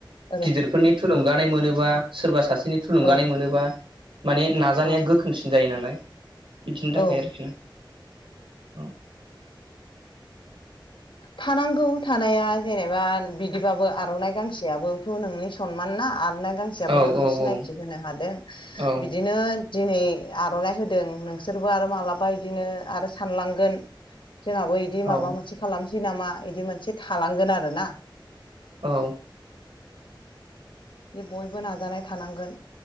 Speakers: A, on the left; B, on the right.
A: ओरै
B: गिदिरफोरनि थुलुंगानाय मोनोबा सोरबा सासेनि थुलुंगानाय
A: औ
B: मोनोबा माने नाजानाया
A: औ
B: गोख्रोंसिन जायो नालाय। बिदिनि थाखाय
A: औ
B: आरोखि ना औ।
A: थानांगौ थानाया जेनेबा बिदिबाबो आर'नाइ गांसेयाबोथ' नोंनि सनमान ना। आरनाय गांसेयाबबो
B: औ
A: नोंखौ
B: औ
A: सिनायथि
B: औ
A: होनो हादों
B: औ
A: बिदिनो दिनै आर'नाइ होदों नोंसोरबो आरो मालाबा इदिनो आरो सानलांगोन। जोंहाबो बिदि माबा
B: औ
A: मोनसे खालामसै नामा बिदि मोनसे थालांगोन आरोना।
B: औ।
A: बयबो नाजानाय थानांगोन।